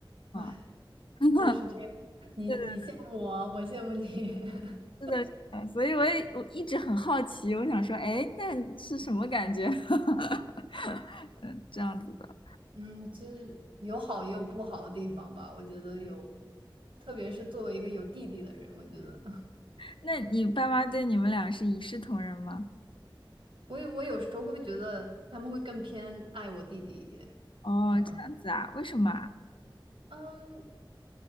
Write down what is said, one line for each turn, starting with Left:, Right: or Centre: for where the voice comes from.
Left: 啊，
Right: 哎，
Left: <laughs>
Right: 都是这样。你你羡慕我，
Left: 对的，
Right: 我羡慕你。<laughs>
Left: 是的，是的。所以我也我一直很好奇，我想说，哎，那是什么感觉？<laughs> 嗯，这样子的。
Right: 嗯，其实有好也有不好的地方吧。我觉得有，特别是作为一个有弟弟的人，我觉得 <laughs>
Left: 那你爸妈对你们俩是一视同仁吗？
Right: 我有我有时候会觉得他们会更偏爱我弟弟一点。
Left: 哦，
Right: 嗯，
Left: 这样子啊？为什么啊？
Right: 嗯，